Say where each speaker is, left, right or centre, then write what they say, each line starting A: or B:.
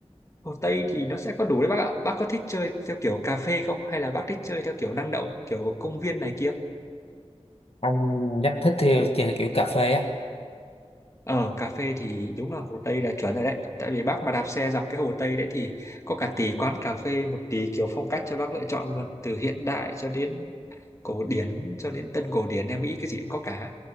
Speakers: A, on the left; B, on the left.
A: Hồ Tây thì nó sẽ có đủ đấy bác ạ bác có thích chơi theo kiểu cà phê không hay là bác thích chơi theo kiểu năng động kiểu công viên này kia
B: anh nhắc thích theo trên kiểu cà phê á
A: Ở cà phê thì đúng là Hồ Tây là chuẩn rồi đấy. Tại vì bác mà đạp xe dọc cái Hồ Tây đấy thì có cả tỷ quán cà phê, một tỷ kiểu phong cách cho bác lựa chọn luôn. Từ hiện đại cho đến cổ điển, cho đến tân cổ điển em nghĩ cái gì cũng có cả.